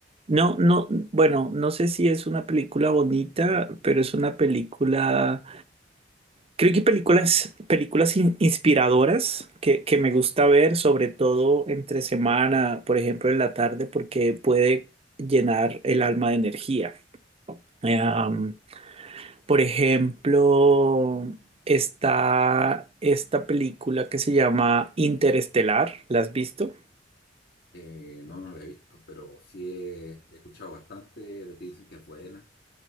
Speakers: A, on the right (about 35°); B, on the left (about 60°).
A: No, no, bueno, no sé si es una película bonita, pero es una película Creo que películas, películas in- inspiradoras que, que me gusta ver, sobre todo entre semana, por ejemplo, en la tarde, porque puede llenar el alma de energía. Eh, um, por ejemplo, está esta película que se llama Interestelar. ¿La has visto?
B: Eh, no, no la he visto, pero sí he, he escuchado bastante de que dicen que es buena.